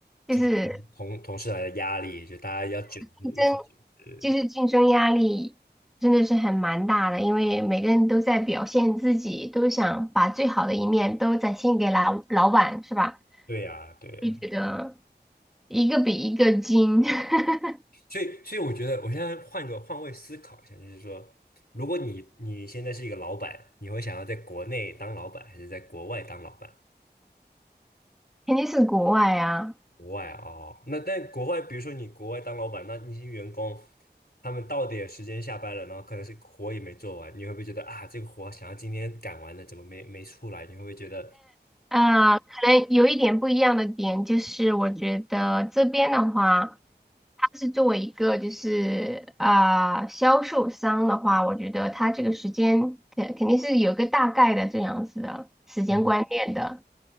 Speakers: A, on the left; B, in the centre.
A: 就是同同同事来的压力，
B: 就是
A: 就大家要卷，就一起卷。
B: 竞争，
A: 对
B: 就是竞争压力真的是很蛮大的，因为每个人都在表现自己，都想把最好的一面都展现给老老板，是吧？
A: 对呀，对呀。
B: 就觉得。一个比一个精，<laughs>
A: 所以，所以我觉得我现在换个换位思考一下，就是说，如果你你现在是一个老板，你会想要在国内当老板，还是在国外当老板？
B: 肯定是国外啊。
A: 国外哦，那但国外，比如说你国外当老板，那那些员工，他们到点时间下班了，然后可能是活也没做完，你会不会觉得啊，这个活想要今天赶完的，怎么没没出来？你会不会觉得，
B: 啊，可能有一点不一样的点就是，我觉得这边的话，它是作为一个就是啊、销售商的话，我觉得它这个时间肯肯定是有个大概的这样子的时间观念的。
A: 嗯